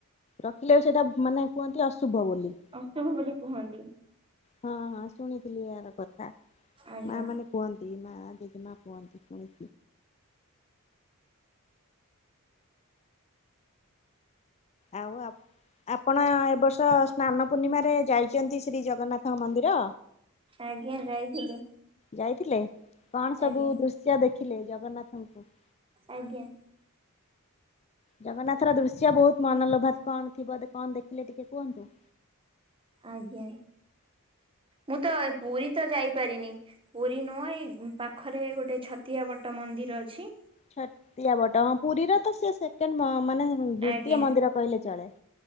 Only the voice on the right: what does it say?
ଅଶୁଭ ବୋଲି କୁହନ୍ତି।
ଆଜ୍ଞା
ଆଜ୍ଞା ଯାଇଥିଲି।
ଆଜ୍ଞା
ଆଜ୍ଞା
ଆଜ୍ଞା, ମୁଁ ତ ପୁରୀ ତ ଯାଇପାରିନି। ପୁରୀ ନୁଅଁ ଏଇ ପାଖରେ ଗୋଟେ ଛତିଆ ବଟ ମନ୍ଦିର ଅଛି।
ଆଜ୍ଞା